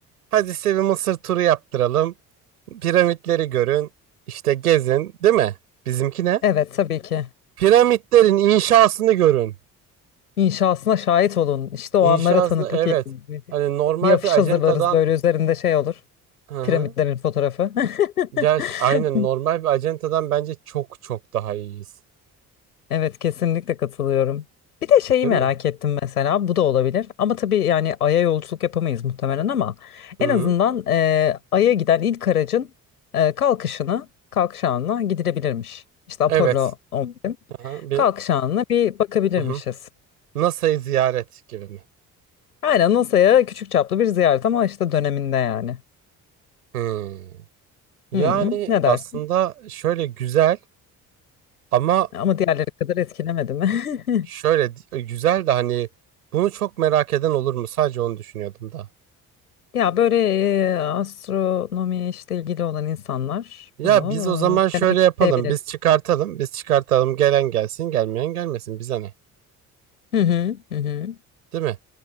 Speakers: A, on the right; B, on the left.
A: Hadi size bir Mısır turu yaptıralım. Piramitleri görün. İşte gezin, değil mi? Bizimki ne?
B: Evet tabii ki.
A: Piramitlerin inşasını görün.
B: İnşasına şahit olun. İşte o
A: İnşasını
B: anlara tanıklık
A: evet.
B: edin.
A: Hani normal
B: Bir afiş
A: bir acentadan
B: hazırlarız böyle üzerinde şey olur.
A: hı hı.
B: Piramitlerin fotoğrafı.
A: Gerçi
B: <laughs>
A: aynen normal bir acentadan bence çok çok daha iyiyiz.
B: Evet kesinlikle katılıyorum. Bir de şeyi
A: Değil
B: merak
A: mi?
B: ettim mesela bu da olabilir ama tabii yani Ay'a yolculuk yapamayız muhtemelen ama
A: Hı
B: en
A: hı.
B: azından e, Ay'a giden ilk aracın e, kalkışını kalkış anına gidilebilirmiş. İşte Apollo
A: Evet.
B: 11
A: Hı hı. Bir
B: kalkış anına bir bakabilirmişiz.
A: hı hı. NASA'yı ziyaret gibi mi?
B: Aynen NASA'ya küçük çaplı bir ziyaret ama işte döneminde yani.
A: Hı. Yani
B: Hı hı, ne dersin?
A: aslında şöyle güzel ama
B: Ama diğerleri kadar etkilemedi mi?
A: Şöyle
B: <laughs>
A: e, güzel de hani bunu çok merak eden olur mu? Sadece onu düşünüyordum da.
B: Ya böyle e, astronomiye işte ilgili olan insanlar
A: Ya
B: bunu
A: biz o zaman şöyle
B: e, denemek
A: yapalım.
B: isteyebilir.
A: Biz çıkartalım. Biz çıkartalım. Gelen gelsin, gelmeyen gelmesin. Bize ne?
B: Hı hı, hı hı.
A: Değil mi?